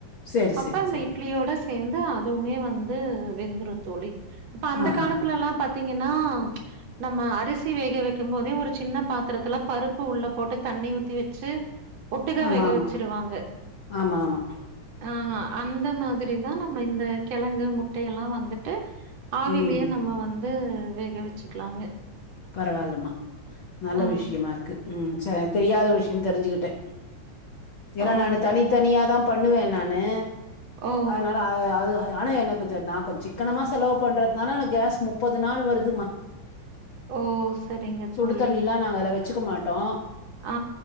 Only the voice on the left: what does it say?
சரி
சரி
சரி
ஆஹா
ஆமா
ஆமா
ஆமா ஆமா
ம்
பரவால்லமா நல்ல
விஷயமா இருக்கு ம் சேரி எனக்கு தெரியாத விஷயம் தெரிஞ்சுக்கிட்டே ஏன்னா
நா
தனித்தனியா தா பண்ணுவே நானு
அதனால அ அ அ ஆனா எனக்கு ச நா கொஞ்சோ சிக்கனமா செலவு பண்றதுனால எனக்கு கேஸ் முப்பது நாள் வருதுமா
சுடு
தண்ணி எல்லா நாங்க அகா வச்சுக்க மாட்டோ